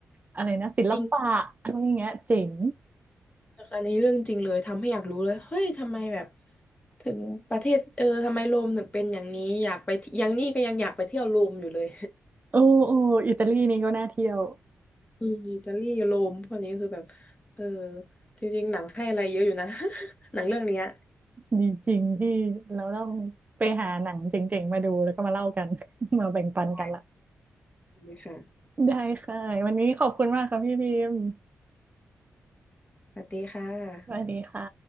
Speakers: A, on the right; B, on the left.
A: อะไรนะศิลปะอะไรอย่างเงี้ยเจ๋ง
B: จริง นะคะอันนี้เรื่องจริงเลยทำให้อยากรู้เลยเฮ้ยทำไมแบบถึงประเทศเออทำไมโรมถึงเป็นอย่างนี้อยากไปที่ยังนี่ก็ยังอยากไปเที่ยวโรมอยู่เลย
A: โอ้โอ้อิตาลีนี่ก็น่าเที่ยว
B: <laughs> อืมอิตาลีโรมพวกนี้คือแบบเออจริงๆหนังให้อะไรเยอะอยู่นะ <laughs> หนังเรื่องเนี้ย
A: ดีจริงที่เราต้องไปหาหนังเจ๋งๆมาดูแล้วก็มาเล่ากัน <laughs> มาแบ่งปันกันละ
B: ใช่เลยค่ะ
A: ได้ค่ะวันนี้ขอบคุณมากครับพี่พิมพ์
B: สวัสดีค่ะ
A: สวัสดีค่ะ